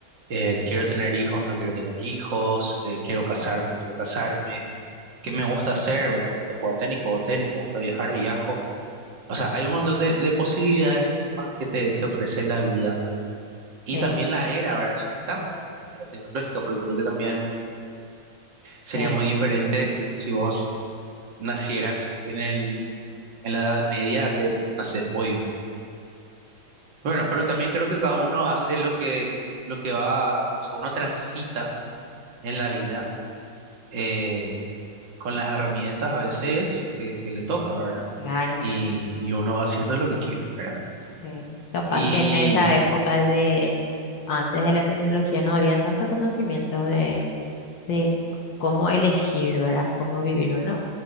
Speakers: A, on the right; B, on the left.
A: Eh, quiero tener hijos, no quiero tener hijos, eh, quiero casarme, no quiero casarme. ¿Qué me gusta hacer, verdad? Me gusta jugar tenis, juego tenis, me gusta viajar, viajo. O sea, hay un montón de, de posibilidades mismas que te, te ofrece la vida y
B: sí,
A: también la era, ¿verdad? en la que estamos ahora, que es la era tecnológica, porque creo que también sería
B: sí,
A: muy diferente si vos nacieras en el, en la Edad Media que naces hoy. ¿verdad? Bueno, pero también creo que cada uno hace lo que, lo que va, o sea, uno transita en la vida eh, con las herramientas a veces que, que le toca, ¿verdad?
B: claro,
A: Y, y uno va haciendo lo que quiere, ¿verdad?
B: sí. Capaz
A: Y.
B: que en esa época de antes de la tecnología no había tanto conocimiento de, de cómo elegir, ¿verdad? Cómo vivir uno.